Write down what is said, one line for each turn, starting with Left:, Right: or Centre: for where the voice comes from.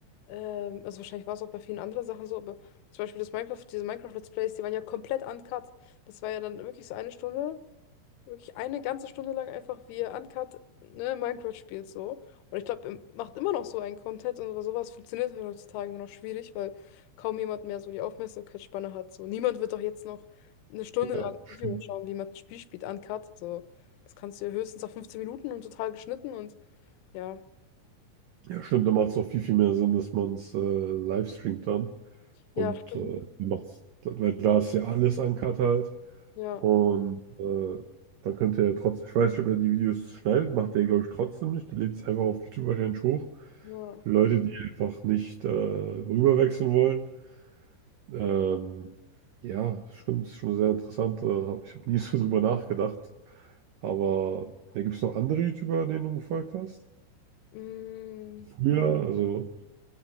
Left: Ähm, also wahrscheinlich war es auch bei vielen anderen Sachen so, aber zum Beispiel das Minecraft, diese Minecraft-Let's Plays, die waren ja komplett uncut. Das war ja dann wirklich so eine Stunde wirklich eine ganze Stunde lang einfach, wie ihr Uncut, ne, Minecraft spielt so. Und ich glaube, er macht immer noch so einen Content und so- sowas funktioniert halt heutzutage nur noch schwierig, weil kaum jemand mehr so die Aufmerksamkeitsspanne hat. So, niemand wird doch jetzt noch eine Stunde
Right: Ja,
Left: lang ein
Right: stimmt.
Left: Video schauen, wie jemand ein Spiel spielt, Uncut. So, das kannst du ja höchstens auf 15 Minuten und total geschnitten und ja.
Right: Ja, stimmt, da macht es auch viel, viel mehr Sinn, dass man es äh, live streamt dann. Und
Left: Ja, stimmt.
Right: äh, macht's, weil da ist ja alles uncut halt.
Left: Ja,
Right: Und äh, dann könnt ihr ja trotzdem, ich weiß nicht, ob er die Videos schneidet, macht er, glaube ich, trotzdem nicht. Der lädt es einfach auf YouTube wahrscheinlich hoch.
Left: ja.
Right: Für Leute, die einfach nicht äh, rüberwechseln wollen. Ähm, ja, stimmt, ist schon sehr interessant. Äh, ich habe nie <laughs> so drüber nachgedacht. Aber da gibt es noch andere YouTuber, denen du gefolgt hast?
Left: Mm.
Right: Früher, also